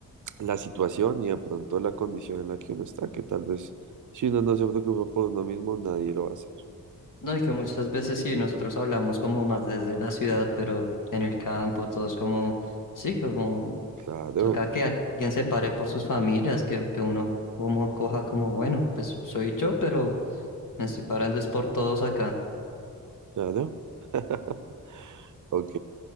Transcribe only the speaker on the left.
No, y que muchas veces sí, nosotros hablamos como más desde la ciudad, pero en el campo, todos como, sí, como
toca que alguien se pare por sus familias, que, que uno como coja como, bueno, pues soy yo, pero me estoy parando es por todos acá.